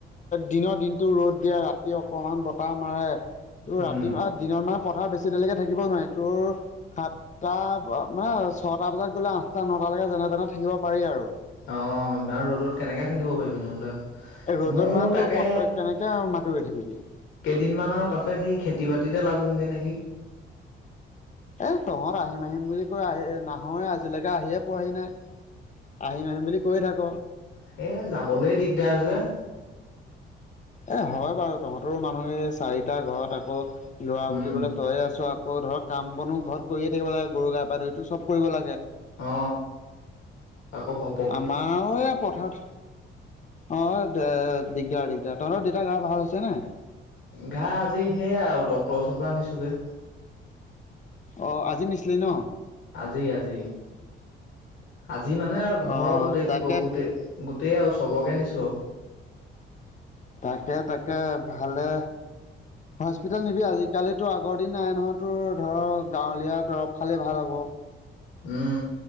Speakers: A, on the left; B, on the left.
A: দিনৰ দিনতটো ৰ'দ দিয়ে ৰাতি অকমান বতাহ মাৰে ত ৰাতি
B: উম
A: দিনৰ মাহ পথাৰ বেছি দেৰিলৈকে থাকিব নোৱাৰে তোৰ সাতটা মানে ছটা বজাত গ'লে আঠটা নটালৈকে যেনে তেনে থাকিব পাৰি আৰু
B: অ ইমান ৰ'দত কেনেকে থাকিব পাৰিবি নহ'লে।
A: এ ৰ'দৰ
B: ময়ো
A: মানে তোৰ
B: তাকে
A: কেনেকে মাটি ৰোই থাকিবি।
B: কেইদিনমান আৰু তাতে সেই খেতি বাতিতে লাগোগে নেকি।
A: এ তহঁত আহিম আহিম বুলি কৈ নাহয়ে আজিলৈকে আহিয়ে পোৱাহি নাই। আহিম আহিম বুলি কৈয়ে থাক।
B: সেই যাবলে দিগদাৰ যে
A: এ হয় বাৰু তহঁতৰো মানুহ এই চাৰিটা ঘৰত আকৌ লৰা
B: উম
A: বুলি ক'লে তইয়ে আছ আক আকৌ ধৰ কাম বনো ঘৰত কৰিয়ে থাকিব লাগে গৰু গা পা ধুইটো চব কৰিব লাগে।
B: অ আকৌ ঘপ
A: আমাৰ এইয়া পথাৰত অ দে দিগদাৰ দিগদাৰ, তহঁতৰ দেতাৰ গা ভাল আছে নাই
B: গা আজি সেয়াই আৰু ডক্তৰ ওচৰ পৰা আনিছোগে।
A: অ আজি নিছিলি ন
B: আজি আজি আজি মানে ঘৰৰ
A: অ
B: গোটেই
A: তাকে
B: খোপক গোটেই গোটেই আৱ চবকে নিছো আও
A: তাকে তাকে ভালে হস্পিটেল নিবি আজিকালিতো আগৰ দিন নাই নহয় তোৰ ধৰ গাঁৱলীয়া দৰৱ খালেই ভাল হ'ব।
B: উম